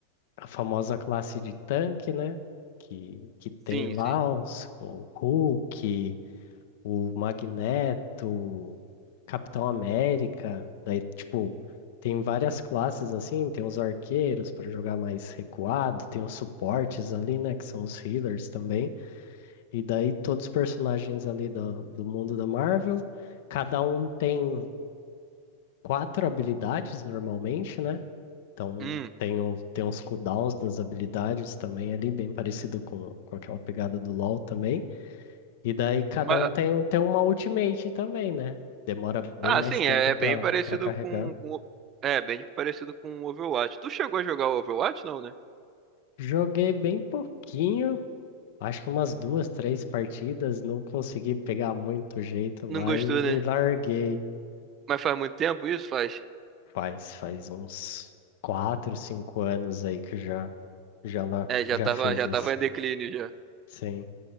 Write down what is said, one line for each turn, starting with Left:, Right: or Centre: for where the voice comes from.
Left: a famosa classe de tanque, né? Que, que tem
Right: Sim,
Left: lá
Right: sim.
Left: os, o Hulk, o Magneto, Capitão América, daí tipo. Tem várias classes assim, tem os arqueiros para jogar mais recuado, tem os suportes ali, né, que são os healers também. E daí todos os personagens ali da- do mundo da Marvel, cada um tem quatro habilidades normalmente, né? Então
Right: Hum.
Left: tem, o, tem os cooldowns das habilidades também ali, bem parecido com, com aquela pegada do LoL também. E daí cada
Right: Mas,
Left: um tem, um- tem uma ultimate também, né? Demora bem
Right: ah,
Left: mais
Right: sim,
Left: tempo
Right: é, é
Left: para
Right: bem parecido
Left: para carregar.
Right: com, com. É, bem parecido com o Overwatch. Tu chegou a jogar o Overwatch, não, né?
Left: Joguei bem pouquinho, acho que umas duas, três partidas, não consegui pegar muito jeito lá
Right: Não gostou,
Left: e
Right: né?
Left: e larguei.
Right: Mas faz muito tempo isso, faz?
Left: Faz, faz uns quatro, cinco anos aí que já, já, lá,
Right: É, já
Left: já
Right: tava,
Left: fez
Right: já
Left: esse.
Right: tava em declínio já.
Left: Sim.